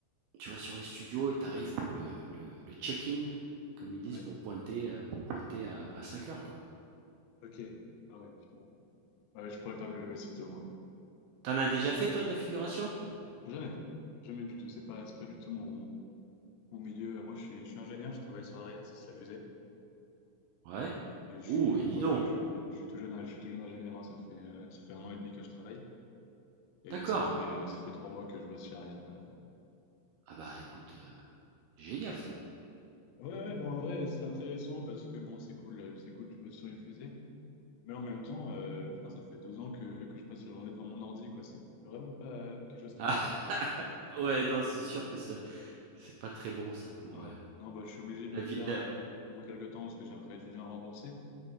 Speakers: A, on the right (about 85°); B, on the left (about 85°).
A: tu vas sur les studios et tu arrives pour le, le, le check-in, comme ils disent,
B: Ouais,
A: pour pointer, euh, pour pointer à, à cinq heures, quoi.
B: ok. Ah ouais, putain. Ouais, je pourrais pas me lever aussitôt, moi.
A: T'en as déjà fait, toi, de la figuration?
B: Jamais. Jamais du tout. C'est pas, c'est pas du tout mon, mon milieu. Euh, Moi, je suis, je suis ingénieur, je travaille sur Ariane 6, la fusée.
A: Ouais.
B: Et je
A: Ouh,
B: suis, bon,
A: et dis
B: enfin,
A: donc.
B: je, suis je suis tout jeune, je suis tout jeune ingénieur, hein, ça fait, euh, ça fait un an et demi que je travaille et
A: D'accord.
B: ça fait, euh, ça fait trois mois que je bosse chez Ariane.
A: Ah bah écoute, euh, génial ça.
B: Ouais, ouais, ben en vrai, c'est intéressant parce que bon, c'est cool, euh, c'est cool, tu bosses sur une fusée, mais en même temps, euh, putain, ça fait deux ans que, que je passe la journée devant mon ordi, quoi. C'est vraiment pas euh, quelque chose
A: <laughs>
B: qui me chauffe. euh.
A: Ah, ouais, non,
B: Je
A: c'est sûr que ça, C'est pas très bon ça pour,
B: ouais,
A: heu,
B: non, bah, je suis obligé de
A: la
B: le
A: vie
B: faire
A: la
B: là pendant quelques temps parce que j'ai un prêt étudiant à rembourser,